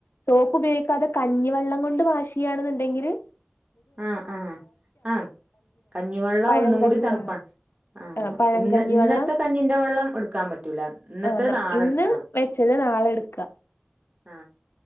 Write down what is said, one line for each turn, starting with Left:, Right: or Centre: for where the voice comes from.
Left: സോപ്പ് ഉപയോഗിക്കാതെ കഞ്ഞിവെള്ളം കൊണ്ട് വാശ് ചെയ്യണെന്നുണ്ടെങ്കില്
Right: ആഹ് ആഹ് ആഹ കഞ്ഞിവെള്ളം
Left: പഴം
Right: ഒന്നും കൂടി
Left: കഞ്ഞിവെള്ളം
Right: തണുപ്പാണ് ആ
Left: പഴം
Right: ഇന്ന
Left: കഞ്ഞിവെള്ളം
Right: ഇന്നത്തെ ക ഞ്ഞിന്റെ വെള്ളം എടുക്കാൻ പറ്റൂല ഇന്നത്തെ
Left: ആ
Right: നാളെ
Left: ഇന്ന്
Right: എടുക്കണം
Left: വെച്ചത് നാളെ എടുക്കുക
Right: ആ